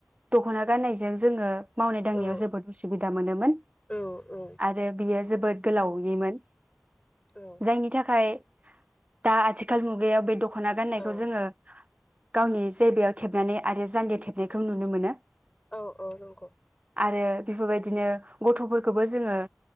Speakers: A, on the right; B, on the left.
A: दख'ना गाननायजों जोङो मावनाय दांनायाव
B: औ
A: जोबोद उसुबिदा मोनोमोन।
B: औ
A: आरो बियो जोबोद गोलाव हि मोन
B: औ
A: जायनि थाखाय दा आथिखाल मुगायाव बे द ख'ना गान्नायखौ
B: औ
A: जोङो गावनि जेरबायाव थेबनानै आरो जानदियाव थेबनायखौ नुनो मोनो।
B: औ औ नंगौ
A: आरो बेफोरबायदिनो गथ' खौबो जोङो